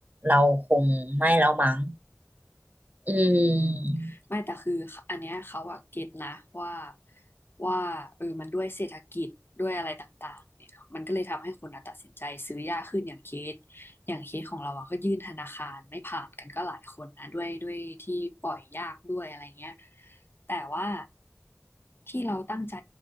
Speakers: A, on the right; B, on the left.
A: เราคงไม่แล้วมั้งอืม
B: อืมไม่แต่คืออันเนี้ยเขาอะเก็ตนะว่าว่าเออมันด้วยเศรษฐกิจด้วยอะไรต่างๆเนี่ยมันก็เลยทำให้คนอะตัดสินใจซื้อยากขึ้นอย่างเคสอย่างเคสของเราอะก็ยื่นธนาคารไม่ผ่านกันก็หลายคนนะด้วยด้วยที่ปล่อยยากด้วยอะไรเงี้ย แต่ว่าที่เราตั้งใจ